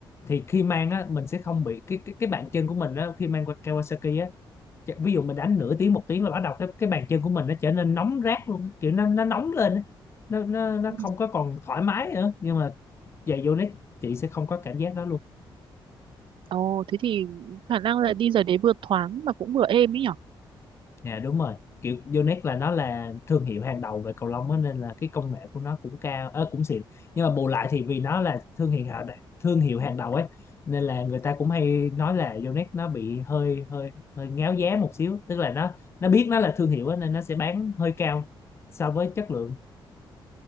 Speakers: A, on the left; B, on the right.
A: thì khi mang á mình sẽ không bị cái cái, cái bàn chân của mình á khi mang qua Kawasaki á ch- ví dụ mình đánh nửa tiếng một tiếng là bắt đầu cái cái bàn chân của mình nó trở nên nóng rát luôn á, kiểu nó nó nóng lên á. nó nó nó
B: Ừ.
A: không có còn thoải mái nữa nhưng mà giày Yonex chị sẽ không có cảm giác đó luôn
B: Ồ, thế thì khả năng là đi giày đấy vừa thoáng mà cũng vừa êm ấy nhở?
A: Dạ đúng rồi. Kiểu Yonex là nó là thương hiệu hàng đầu về cầu lông á nên là cái công nghệ của nó cũng cao, ờ, cũng xịn. Nhưng mà bù lại thì vì nó là thương hiệu hàng thương hiệu hàng đầu ấy nên là người ta cũng hay nói là Yonex nó bị hơi hơi hơi ngáo giá một xíu, tức là nó nó biết nó là thương hiệu á nên nó sẽ bán hơi cao so với chất lượng.